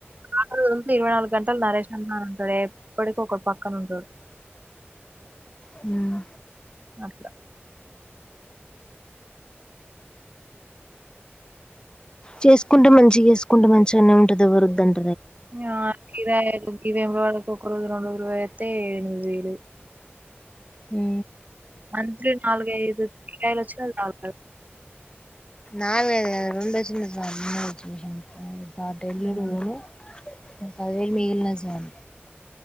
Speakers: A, on the right; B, on the left.
A: ఆటోల తిరిగుతే ఇరవై నాలుగు గంటలు నరేష్ నన్న ఇక్కడ ఎప్పడికి ఒకలు పక్కన ఉండుడు
B: హ్మ్
A: అట్లా
B: చేసుకుంటే మంచిగ చేసుకుంటే మంచిగానే ఉంటది ఎవరు వద్దన్
A: మేము ఆరు కిరాయి లు వేములవాడకు ఒక రోజు రెండు రోజులు పోయాత్తే ఎడు ఎనిమిది వేలు
B: ఉ
A: మంత్లీ నాలుగైదు కిరాయిలు అచ్చిన సాలు
B: నాలుగైదు కాదు రెండోచిన సాలు ఉన్న సిట్యువేషన్ కి కార్డు యెల్లడు
A: ఉమ్
B: పోను పదివేలు మిగిలిన జాలు